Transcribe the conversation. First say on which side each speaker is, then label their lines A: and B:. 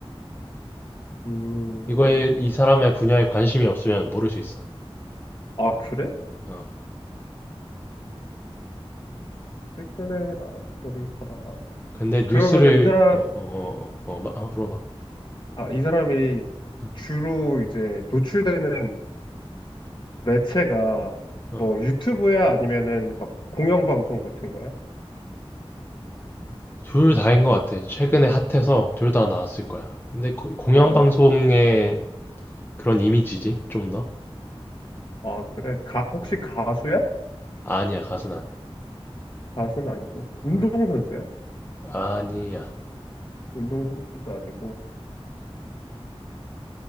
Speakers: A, on the left; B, on the left.
A: 음,
B: 이거에 이 사람의 분야에 관심이 없으면 모를 수 있어.
A: 아 그래?
B: 어.
A: 최근에 나왔던 사람.
B: 근데
A: 그러면은
B: 뉴스를
A: 이 사람,
B: 어, 어, 어, 어, 어, 마- 한번 물어봐.
A: 아, 이 사람이
B: 어.
A: 주로 이제 노출되는 매체가
B: 어.
A: 뭐 유튜브야 아니면은 막 공영방송 같은 거야?
B: 둘 다인 것 같아. 최근에 핫해서 둘 다 나왔을 거야. 근데 고- 공영방송의
A: 어, 어,
B: 그런 이미지지, 좀 더.
A: 아 그래? 가, 혹시
B: 음.
A: 가수야?
B: 아니야, 가수는 아니야.
A: 가수는 아니고 운동선수야?
B: 어. 아니야.
A: 운동 선수도 아니고.